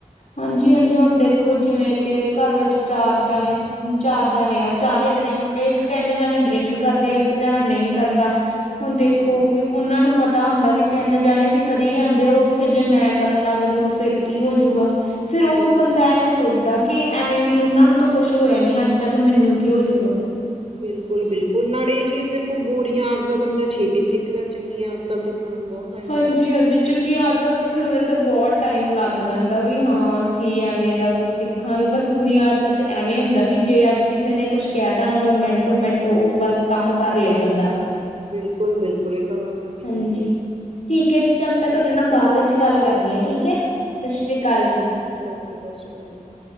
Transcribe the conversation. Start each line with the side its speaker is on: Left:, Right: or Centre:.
Left: ਹਾਂਜੀ-ਹਾਂਜੀ, ਹੁਣ ਦੇਖੋ ਜਿਵੇਂ ਕਿ ਘਰ ਵਿੱਚ ਚਾਰ ਜਾਣੇ ਚਾਰ ਜਣੇ ਆ ਚਾਰੇ ਡਰਿੰਕ, ਇੱਕ, ਤਿੰਨ ਜਾਣੇ ਡਰਿੰਕ ਕਰਦੇ ਆ, ਇੱਕ ਜਣਾ ਨਹੀਂ ਕਰਦਾ ਹੁਣ ਦੇਖੋ,
Right: ਹਾਂਜੀ।
Left: ਵੀ ਉਹਨਾਂ ਨੂੰ ਪਤਾ ਹੁੰਦਾ ਵੀ ਤਿੰਨ ਜਾਣੇ ਵੀ ਕਰੀ ਜਾਂਦੇ, ਉੱਥੇ ਜੇ ਮੈਂ ਕਰਨ ਲੱਗ ਜੁੰਗਾ ਫੇਰ ਕੀ ਹੋਜੂ। ਫਿਰ, ਉਹ
Right: ਬਿਲਕੁਲ।
Left: ਬੰਦਾ ਐਵੇਂ ਸੋਚਦਾ ਕਿ ਐਵੇਂ ਵੀ ਉਹਨਾਂ ਨੂੰ ਤਾਂ ਕੁਛ ਹੋਇਆ ਨੀ ਅੱਜ ਤੱਕ, ਮੀਨੂੰ ਕੀ ਹੋਜੂਗਾ।
Right: ਬਿਲਕੁਲ-ਬਿਲਕੁਲ, ਨਾਲੇ ਇਹ ਚੀਜ਼ ਦੇਖੋ ਬੁਰੀਆਂ ਆਦਤਾਂ ਬੰਦਾ ਛੇਤੀ ਸਿੱਖਦਾ, ਚੰਗੀਆਂ ਆਦਤਾਂ ਸਿੱਖਣ ਨੂੰ ਬਹੁਤ ਟਾਈਮ
Left: ਹਾਂਜੀ-ਹਾਂਜੀ।
Right: ਲੱਗ ਜਾਂਦਾ
Left: ਚੰਗੀਆਂ ਆਦਤਾਂ ਸਿੱਖਣ ਵੇਲੇ ਤਾਂ ਬਹੁਤ ਟਾਈਮ ਲੱਗ ਜਾਂਦਾ, ਵੀ ਹਾਂ, ਅਸੀ ਐਂਵੇ ਦਾ ਕੁਛ ਸਿੱਖ ਸਿਖਾਂਗੇ, ਬਸ ਬੁਰੀਆਂ ਆਦਤਾਂ'ਚ ਐਵੇਂ ਹੁੰਦਾ, ਕਿ ਜੇ ਅੱਜ ਕਿਸੇ ਨੇ ਕੁਛ ਕਹਿਤਾ ਨਾ, ਬਸ ਮਿੰਟੋ-ਮਿੰਟ ਉਹ ਬਸ ਕੰਮ ਕਰਲੇ ਬੰਦਾ।
Right: ਬਿਲਕੁਲ- ਬਿਲਕੁਲ, ਇਹ ਤਾ ਗੱਲ ਤੁਹਾਡੀ
Left: ਹਾਂਜੀ
Right: ਸਹੀ ਏ।
Left: ਠੀਕ ਏ ਜੀ, ਚੱਲ ਮੈਂ ਤੁਹਾਡੇ ਨਾਲ ਬਾਅਦ ਵਿੱਚ ਗੱਲ ਕਰਦੀ ਆਂ, ਠੀਕ ਹੈ, ਸਤਿ ਸ਼੍ਰੀ ਅਕਾਲ ਜੀ।
Right: ਓਕੇ, ਸਤਿ ਸ਼੍ਰੀ ਅਕਾਲ ਜੀ।